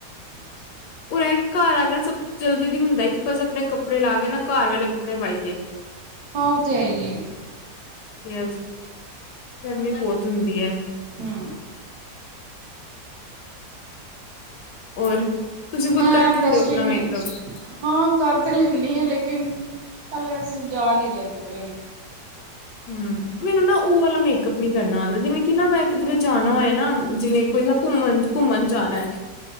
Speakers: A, on the right; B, on the left.
A: ਅੱਛਾ।
B: ਓਰੇਆਈ ਘਰ ਆ ਗਿਆ ਸਬ ਜਲਦੀ ਦੀ ਹੁੰਦਾ ਕਿ ਬਸ ਆਪਣੇ ਕੱਪੜੇ ਲਾ ਕੇ ਨਾ ਘਰ ਵਾਲੇ ਕੱਪੜੇ ਪਾਈਏ।
A: ਹਾਂ ਉਹ ਤੇ ਏ ਈਏ
B: ਯ ਗਰਮੀ ਬਹੁਤ ਉਂਦੀ ਏ।
A: ਹੂੰ।
B: ਹੋਰ ਤੁਸੀਂ ਖੁਦ
A: ਮੈਂ
B: ਕਰ ਲੈਂਦੇ
A: ਡਸਟਿੰਗ
B: ਓ ਆਪਣਾ ਮੇਕਅਪ।
A: ਹਾਂ ਕਰ ਤੇ ਲੈਣੀ ਆ ਲੇਕਿਨ ਅਲੇ ਅਸੀਂ ਜਾ ਨੀ ਰਹੇ ਕਿਧਰੇ ਵੀ।
B: ਹੂੰ ਮੈਨੂੰ ਨਾ ਉਹ ਵਾਲਾ ਮੇਕਅਪ ਨੀ ਕਰਨਾ ਆਂਦਾ ਜਿਵੇਂ ਕਿ ਨਾ ਮੈਂ ਕਿਧਰੇ ਜਾਣਾ ਓਏ ਨਾ ਜਿਵੇਂ ਕੋਈ ਘੁੰਮਣ-ਘੁੰਮਣ ਜਾਣਾ ਏ